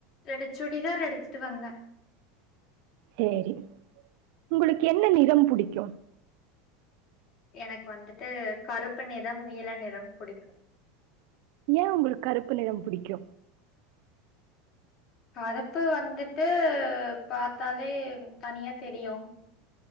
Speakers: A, on the left; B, on the right.
A: ரெண்டு சுடிதார் எடுத்துட்டு வந்த
B: சேரி உங்களுக்கு என்ன நிறம் புடிக்கு
A: எனக்கு வந்துட்டு கருப்பு நிறம் நீள நிறம் புடிக்கு
B: ஏன் உங்களுக்கு கருப்பு நிறம் புடிக்கு
A: கருப்பு வந்துட்டு பாத்தாலே தனியா தெரியு